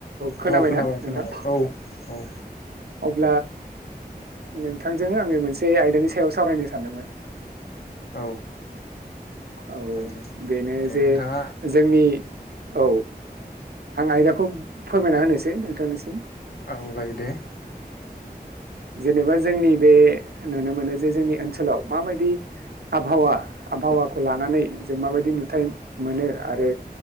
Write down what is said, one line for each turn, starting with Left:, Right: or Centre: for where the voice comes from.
Right: खोनाबायना
Left: औ खोनाबाय
Right: नोंथां
Left: खोनाबाय औ औ।
Right: आ ओद नोंथांजों आङो मोनसे आयदानि सायाव सावरायनो सानदोंमोन।
Left: औ।
Right: औ
Left: दायो
Right: बेनो
Left: दे
Right: जे
Left: नोंथाङा
Right: जोंनि औ आं आयदाखौ फोरमायना होनोसै नोंथांनिसिम
Left: औ जायो दे।
Right: जेनेबा जोंनि बे नुनो मोनो जे जोंनि ओनसोलाव माबायदि आबहावा आबहावा खौ लानानै जों माबायदि नुथाय मोनो आरो